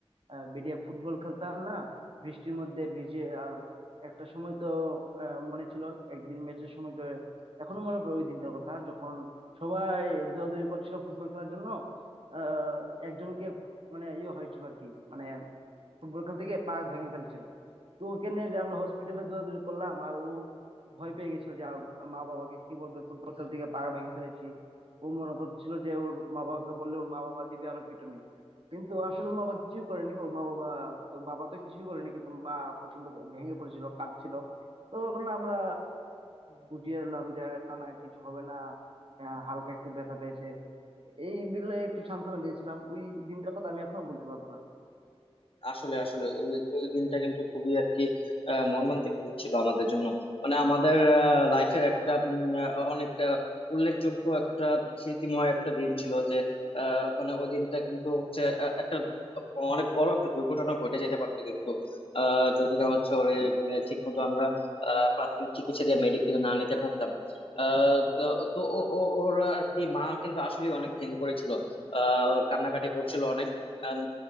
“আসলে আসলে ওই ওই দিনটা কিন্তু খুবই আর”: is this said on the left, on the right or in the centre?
Left